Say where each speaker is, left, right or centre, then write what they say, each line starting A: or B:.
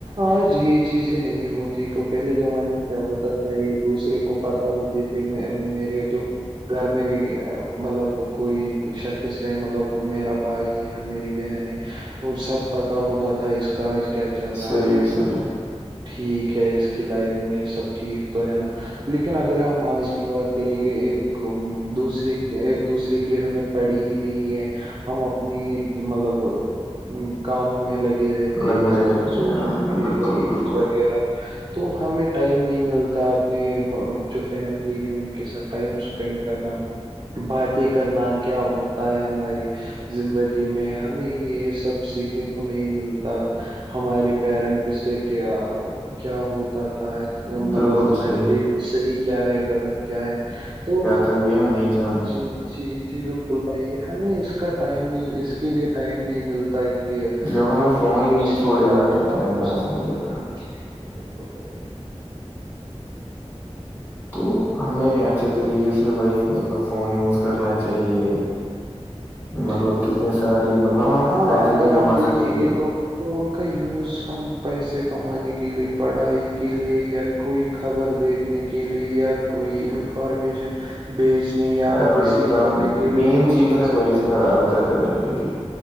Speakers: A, on the right; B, on the left.
A: آج یہ چیزیں نہیں ہوتی تو پہلے زمانے میں کیا ہوتا تھا یہ دوسرے کو کو پت ہوتی تھی میں میرے جو گھر میں مطلب کوئی شخص ہے مطلب میرا بھائی میری بہن سب پتا ہوتا تھا اس کاج کیا چل رہا
B: صحیح
A: ہے
B: صحیح
A: مطلب ٹھیک ہے اس کی لائف میں سب ٹھیک تو ہے نا لیکن اگر ہم آج کی بات کریں کہے ایک دوسرے ایک دوسرے کی ہمیں پڑی ہی نہیں ہے ہم اپنی مطلب کاموں میں لگ رہتے
B: لگے
A: ہیں جیسے
B: رہے
A: سوشل
B: تھے ہاں
A: میڈیا
B: بالکل
A: کا یوز
B: بالکل
A: وغیرہ تو ہمیں ٹائم نہیں ملتا اپنے جو فیملی ہے ان کے ساتھ ٹائم اسپینڈ کرنا باتیں کرنا کیا ہوتا ہے ہماری زندگی میں ہمیں یہ سب سیکھنے کو نہیں ملتا ہمارے پیرنٹ سے کیا کیا ہوتا تھا مطلب
B: بالکل
A: ہمارے
B: صحیح
A: لیے صحیح کیا ہے غلط کیا ہے تو
B: تب یہ ہم نہیں جانتے
A: جی جی جی بالکل بھائی ہمیں اس کا ٹائم نہیں اس کے لیے ٹائم نہیں ملتا کہ
B: جب ہمیں
A: ہم
B: فون
A: بھی
B: ہی
A: کچھ
B: نہیں
A: سھے
B: چھوڑے گا
A: اپنے
B: تو
A: ماں
B: ٹائم
A: باپ
B: کہاں
A: سے
B: سے ملے گا
A: بالکل بی
B: تو ہمیں
A: اور
B: اچھے طریقے سے وہی مطلب فون یوز کرنا چاہیے مطلب
A: جی
B: کتنی ساری مطلب ہم
A: ہاں
B: پیسے
A: اگر
B: بھی کما
A: ہم دیکھیں
B: سکتے
A: گے
B: ہیں
A: تو فون کا یوز ہم پیسے کمانے کے لیے پڑھائی کے لیے یا کوئی خبر دیکھنے کے لیے یا کوئی ان انفارمیشن بھیجنے یا
B: یار
A: ریسیو
B: رابطہ
A: کرنے کے لیے
B: مین
A: یوز
B: چیز
A: کر
B: ہے
A: سکتے
B: بھائی اس
A: ہیں
B: میں رابطہ کرنے کے لیے